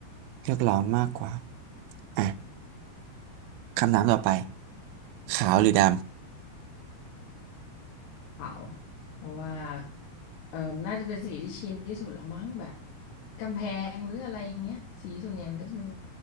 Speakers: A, on the right; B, on the left.
A: เลือกร้อนมากกว่าอ่ะคำถามต่อไปขาวหรือด
B: เปลาเพราะว่าเอ่อน่าจะเป็นสีที่ชินที่สุดแล้วมั้งแบบกำแพงหรืออะไรอย่างเงี้ยสีส่วนใหญ่มันก็จะเป็น